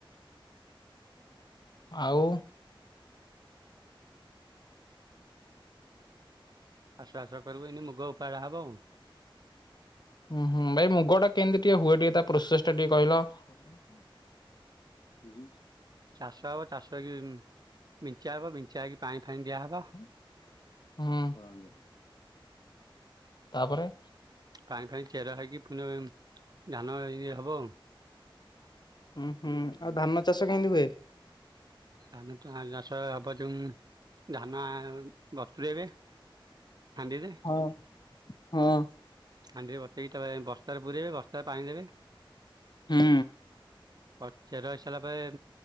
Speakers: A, on the left; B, on the right.
A: ଆଉ।
B: <inaudible>
A: ଉଁ ହୁଁ, ବାଇ ମୁଗ ଟା କେନ୍ତି ଟିକେ ହୁଏ, ଟିକେ ତା ପ୍ରୋସେସ୍‌ ଟା ଟିକେ କ--ଲ। <inaudible>
B: ଚାଷ ହବ, ଚାଷ ହେଇକି ବିଞ୍ଚା ହବ। ବିଞ୍ଚା ହେଇକି ପାଣି ଫାଣି ଦିଆ ହବ।
A: <unintelligible> ତା'ପରେ।
B: <inaudible>
A: ହୁଁ ଆଉ ଧାନ ଚାଷ କେନ୍ତି ହୁଏ?
B: <inaudible> ଧାନ--ବ---ରେଇବେ ହାଣ୍ଡିରେ।
A: <inaudible>
B: ହାଣ୍ଡିରେ ବସେଇକି ବସ୍ତାରେ ପୁରାଇବେ ବସ୍ତାରେ ପାଣି ଦେବେ।
A: ହୁଁ।
B: ପଚେର ହେଇ ସାରିଲା ପରେ